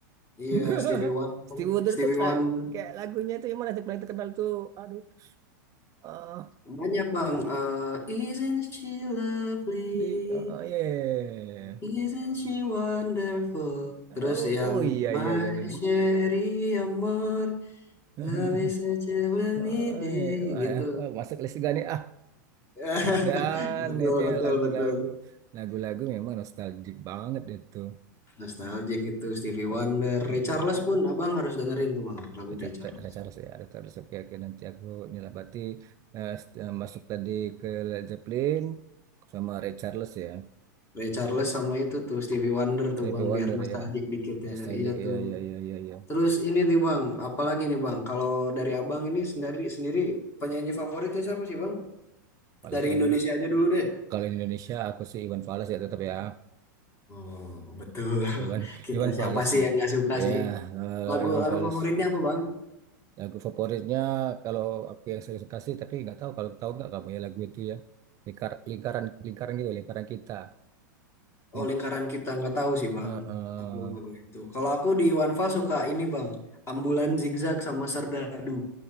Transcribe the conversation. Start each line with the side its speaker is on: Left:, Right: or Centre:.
Left: iya
Right: <laughs>
Left: Stevie Wonder,
Right: Stevie Wonder
Left: Stevie
Right: tuh kayak
Left: Wonder
Right: kayak lagunya tuh yang mana yang paling terkenal tuh. Aduh, ah,
Left: banyak bang. Eh, Isn't she lovely?
Right: di ah, ya, ya, ya, ya.
Left: Isn't she wonderful? Terus
Right: Oh,
Left: yang
Right: oh iya
Left: My
Right: iya iya benar.
Left: Sherry Amor,
Right: <laughs>
Left: love is such a lonely
Right: Ah,
Left: day,
Right: iya. Wah,
Left: gitu.
Right: ya. Wah, masuk list juga nih ah.
Left: <laughs>
Right: Dan
Left: Betul,
Right: itu
Left: betul,
Right: ya lagu-lagu
Left: betul.
Right: lagu-lagu memang nostalgic banget itu.
Left: Nostalgic itu Stevie
Right: Eh,
Left: Wonder.
Right: Stevie
Left: Ray Charles
Right: Wonder.
Left: pun abang harus dengerin tuh bang, lagu
Right: Richard-
Left: Ray Charles.
Right: Richarlison ya, Richarlison. Oke, oke. Nanti aku nilai berarti eh, st- eh, masuk tadi ke Led Zeppelin sama Richarlison ya.
Left: Ray Charles sama itu tuh Stevie Wonder
Right: CP
Left: tuh bang,
Right: Wonder
Left: biar nostalgic
Right: ya.
Left: dikit
Right: Nostalgic,
Left: ya. Iya tuh.
Right: iya, iya, iya, iya, iya.
Left: Terus ini nih bang, apalagi nih bang, kalau dari abang ini sendiri sendiri penyanyi favoritnya siapa sih bang?
Right: Walaupun
Left: Dari Indonesia
Right: yang-
Left: aja dulu deh.
Right: kalau di Indonesia aku sih Iwan Fals ya tetap ya.
Left: Oh, betul. <laughs>
Right: Iwan <laughs>
Left: Kita
Right: Iwan
Left: siapa
Right: Fals
Left: sih
Right: sih.
Left: yang nggak suka sih?
Right: Ya, eh,
Left: Lagu
Right: Iwan
Left: lagu
Right: Fals.
Left: favoritnya apa, Bang?
Right: Lagu favoritnya kalau aku yang saya suka sih, tapi nggak tahu kalau tahu nggak kamu ya lagu itu ya. Lingkar, lingkaran, lingkaran gitu, lingkaran kita. Link,
Left: Oh, lingkaran kita nggak tahu
Right: eh,
Left: sih, Bang.
Right: eh,
Left: Aku lagu itu. Kalau aku di Iwanfa suka ini, Bang. Ambulan Zigzag sama Serdadu.